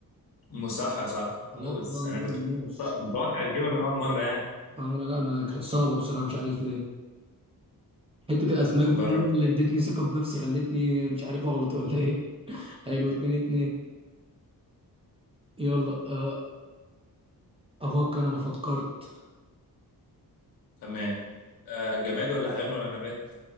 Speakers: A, on the left (about 70°); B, on the right (about 15°).
A: مو صح يا صاحبي
B: لا
A: موز
B: طبعا انا
A: انا
B: راجل
A: كنت
B: موز
A: متوقع تجيبها من اول مره يعني
B: انا لا لا انا كانت صعبه بصراحه مش عارف ليه حته الاسماك
A: تجرب
B: دي اللي ادتني ثقه بنفسي خلتني مش عارف اغلط ولا ايه <laughs> حلو اتنين اتنين يلا آه، افكر انا فكرت
A: تمام آه جماد ولا حيوان ولا نبات